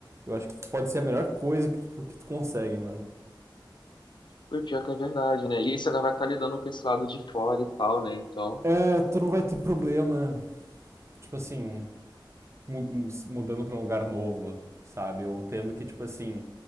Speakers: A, on the right; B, on the left.
A: eu acho que pode ser a melhor coisa que tu, que tu consegue, mano.
B: Foi pior que é verdade, né? E aí você ainda vai estar lidando com esse lado de fora e tal, né? Então,
A: É, tu não vai ter problema, tipo assim, mu- mudando pra um lugar novo, sabe? Ou tendo que, tipo assim,